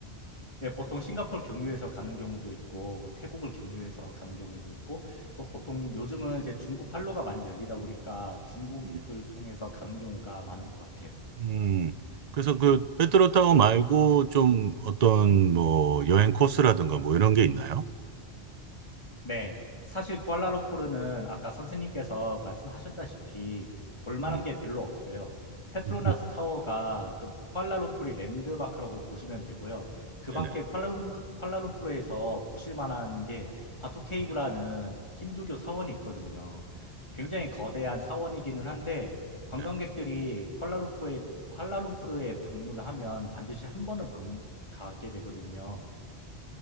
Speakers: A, on the left (about 25°); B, on the right (about 45°).
A: 네, 보통 싱가포르 경유해서 가는 경우도 있고, 태국을 경유해서 가는 경우도 있고, 뭐 보통 요즘은 이제 중국 활로가 많이 열리다 보니까 중국을
B: 음.
A: 통해서 가는 경우가 많은 것 같아요.
B: 음, 그래서 그 페트로 타워 말고 좀 어떤 뭐 여행 코스라든가 뭐 이런 게 있나요?
A: 네, 사실 쿠알라룸푸르는 아까 선생님께서 말씀하셨다시피 볼 만한
B: 음.
A: 게 별로 없어요. 페트로나스
B: 네,
A: 타워가 그 쿠알라룸푸르의 랜드마크라고 보시면 되고요. 그
B: 네네.
A: 밖에 쿠알라룸, 쿠알라룸푸르에서 보실 만한 게 바투케이브라는
B: 네,
A: 힌두교 사원이 있거든요. 굉장히
B: 네,
A: 거대한 사원이기는 한데 관광객들이
B: 네.
A: 쿠알라룸푸르에 쿠알라룸푸르에 방문하면 반드시 한 번은 방, 가게 되거든요.